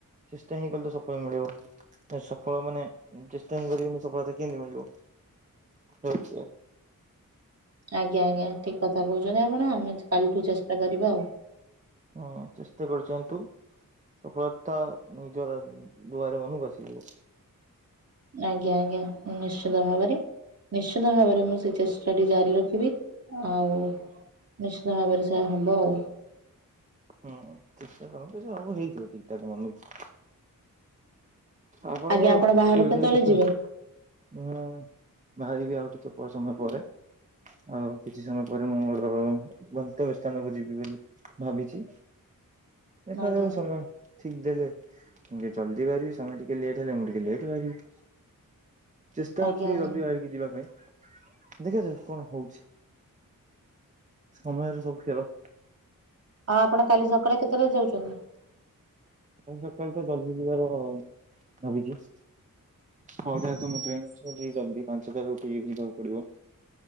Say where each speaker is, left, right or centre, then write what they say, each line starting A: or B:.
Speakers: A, on the right; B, on the right.
A: ଚେଷ୍ଟା ହିଁ କଲେ ତ ସଫଳ ମିଳିବ। ସଫଳ ମାନେ ଚେଷ୍ଟା, ହିଁ କରିବେନି ସଫଳତା କେଁତି ମିଳିବ? ରଉଛି।
B: ଆଜ୍ଞା ଆଜ୍ଞା, ଠିକ୍ କଥା କହୁଛନ୍ତି ଆପଣ। ଆମେ କାଲିଠୁ ଚେଷ୍ଟା କରିବା ଆଉ।
A: ହୁଁ, ଚେଷ୍ଟା କରିଚନ୍ତୁ। ସଫଳତା, ନିଜର ଦୁଆରେ ମନକୁ ଆସିଯିବ।
B: ଆଜ୍ଞା, ଆଜ୍ଞା, ନିଶ୍ଚିନ୍ତ ଭାବରେ। ନିଶ୍ଚିନ୍ତ ଭାବରେ, ମୁଁ ସେ ଚେଷ୍ଟାଟି ଜାରି ରଖିବି ଆଉ ନିଶ୍ଚିତ ଭାବରେ ସେଆ ହବ ଆଉ।
A: ହୁଁ, ଚେଷ୍ଟା କରନ୍ତୁ, ସେ ସବୁ ହେଇଯିବ, ଠିକ୍ ଠାକ୍ ମନୁକୁ। ଆପଣଙ୍କ
B: ଆଜ୍ଞା ଆପଣ ବାହାରକୁ କେତେବେଳେ
A: <unintelligible> କେତୋଟି
B: ଯିବେ
A: ହୁଁ, ବାହାରିବି ଆଉ ଟିକେ, ସମୟ ପରେ। ଆଉ, କିଛି ସମୟ ପରେ ମୁଁ ର ଗନ୍ତବ୍ୟ ସ୍ଥାନକୁ ଯିବି ବୋଲି ଭାବିଛି! ଦେଖାଯାଉ,
B: ଆଜ୍ଞା
A: ସମୟ ଠିକ୍ ଦେଲେ, ମୁଁ ଟିକେ ଜଲ୍ଦି ବାହାରିବି। ସମୟ ଟିକ୍ ଟିକେ ଲେଟ୍ ହେଲେ ମୁଁ ଟିକେ ଲେଟ୍ ବାହାରିବି। ଚେଷ୍ଟା
B: ଆଜ୍ଞା
A: ଅଛି
B: ଆଜ୍ଞା
A: ଜଲ୍ଦି ବାହାରିକି ଯିବା ପାଇଁ। ଦେଖଯାଉ କଣ ହଉଛି? ସମୟର ସବୁ ଖେଳ।
B: ଆ, ଆପଣ କାଲି ସକାଳେ କେତେଳେ ଯାଉଛନ୍ତି?
A: କାଲି ସକାଳୁ ତ ଜଲଦି ଯିବାର ଭାବିଛି। ହଉ ଯା ତମ ଟ୍ରେନ ଅଛି ଯଦି ଜଲଦି ପାଞ୍ଚଟାରୁ ଉଠିକି ଯିବାକୁ ପଡିବ।